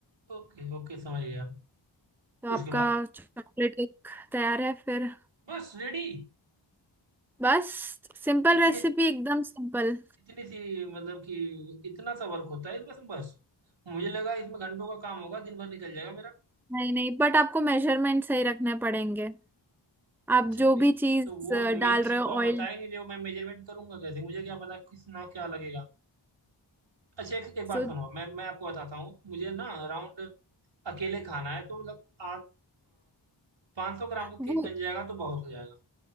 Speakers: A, on the right (about 75°); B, in the centre.
A: ओके ओके समझ गया
B: तो
A: उसके
B: आपका
A: बाद
B: चॉकलेट केक तैयार है फिर
A: बस रेडी
B: बस सिंपल
A: इतनी
B: रेसिपी एकदम सिंपल
A: इतनी सी मतलब कि इतना सा वर्क होता है इसमें बस मुझे लगा इसमें घंटों का काम होगा दिन भर निकल जाएगा मेरा
B: नहीं नहीं बट आपको मेजरमेंट सही रखने पड़ेंगे आप
A: अच्छा मे
B: जो भी चीज
A: तो वो
B: डाल
A: मेन चीज
B: रहे हो
A: तो आप
B: ऑयल
A: बता ही नहीं रहे हो मैं मेजरमेंट करूंगा कैसे मुझे क्या पता किस ना क्या लगेगा अच्छा एक एक बात
B: तो
A: सुनो मैं मैं आपको बताता हूँ मुझे ना अराउंड अकेले खाना है तो मतलब आप पाँच सौ ग्राम का
B: वो
A: केक बन जाएगा तो बहुत हो जाएगा